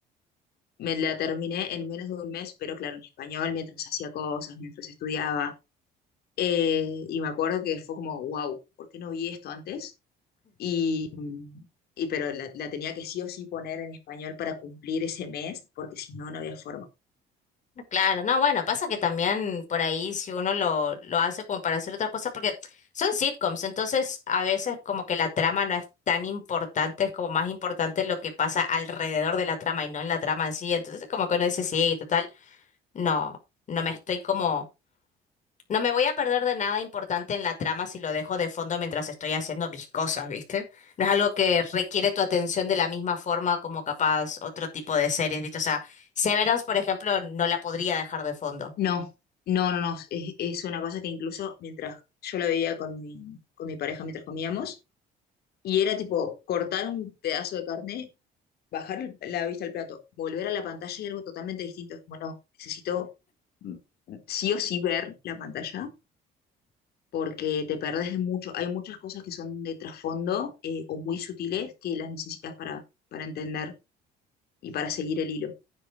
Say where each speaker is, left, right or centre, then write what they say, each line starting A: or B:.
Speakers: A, on the left; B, on the left.
A: Me la terminé en menos de un mes, pero claro, en español, mientras hacía cosas, mientras estudiaba. Eh, y me acuerdo que fue como, wow, ¿por qué no vi esto antes? Y, y pero la, la tenía que sí o sí poner en español para cumplir ese mes, porque si no, no había forma.
B: Claro, no, bueno, pasa que también por ahí si uno lo, lo hace como para hacer otras cosas, porque son sitcoms, entonces a veces como que la trama no es tan importante, es como más importante lo que pasa alrededor de la trama y no en la trama en sí, entonces como que uno dice, sí, total, no, no me estoy como, no me voy a perder de nada importante en la trama si lo dejo de fondo mientras estoy haciendo mis cosas, ¿viste? No es algo que requiere tu atención de la misma forma como capaz otro tipo de series, ¿viste? O sea, Severance, por ejemplo, no la podría dejar de fondo.
A: No, no, no, no. Es, es una cosa que incluso mientras yo la veía con mi, con mi pareja mientras comíamos, y era tipo cortar un pedazo de carne, bajar el- la vista al plato, volver a la pantalla y algo totalmente distinto. Es como, no, necesito mm, sí o sí ver la pantalla porque te perdés de mucho. Hay muchas cosas que son de trasfondo eh, o muy sutiles que las necesitas para, para entender y para seguir el hilo.